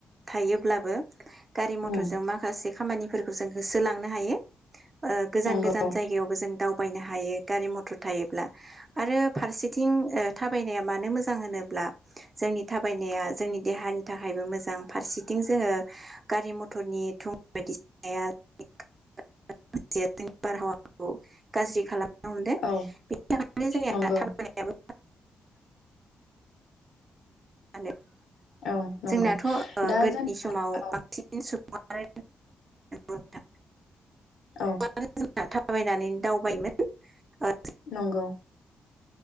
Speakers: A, on the right; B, on the left.
A: थायोब्लाबो गारि मथरजों
B: उम
A: माखासे खामानिफोरखौ जों होसोलांनो हायो। ओ गोजान
B: नंगौ
A: गोजान जायगायावबो जों दावउ थाबायनो हायो गारि मथर थायोब्ला आरो फारसेथिं ओ थाबायनाया मानो मोजां होनोब्ला जोंनि थाबायनाया जोंनि देहानि थाखायबो मोजां फारसेथिं जोङो। गारि मथरनि थुं बायदिसिनाया <inaudible> <unintelligible> बारहावाखौ गाज्रि खालाम <inaudible> <unintelligible>
B: औ
A: बेनि थाखायनो जोंनिया
B: नंगौ
A: थाबायनायाबो <inaudible>
B: औ नंगौ
A: जोंनाथ ओ
B: दा
A: गोदोनि
B: जोंहा
A: समाव
B: औ
A: बांसिन सुबुं <inaudible> <inaudible>
B: औ
A: <inaudible> थाबायनानै दावबायमोन <inaudible>
B: नंगौ।